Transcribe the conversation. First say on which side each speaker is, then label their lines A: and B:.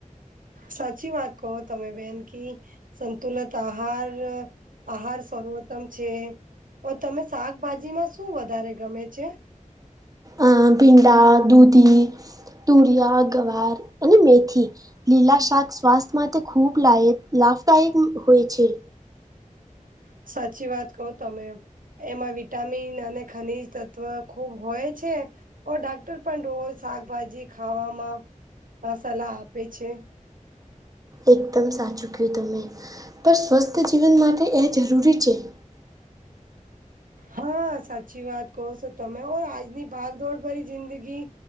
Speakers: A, on the right (about 85°); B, on the right (about 25°).
A: સાચી વાત કહો તમે બેન કી સંતુલિત આહાર આહાર સર્વોત્તમ છે. ઓ તમે શાકભાજીમાં શું વધારે ગમે છે.
B: અ ભીંડા દૂધી તુરિયા ગવાર અને મેથી લીલા શાક સ્વાસ્થ્ય માટે ખૂબ લાય લાભદાયક હોય છે.
A: સાચી વાત કહો તમે એમાં વિટામિન અને ખનીજ તત્વ ખૂબ હોય છે. ઓ ડાક્ટર પણ રોજ શાકભાજી ખાવામાં સલાહ આપે છે.
B: એકદમ સાચું કહું તમે પણ સ્વસ્થ જીવન માટે એ જરૂરી છે. <unintelligible>
A: હા, સાચી વાત કહો છો તમે. ઓ આજની ભાગ દોડ ભરી જિંદગી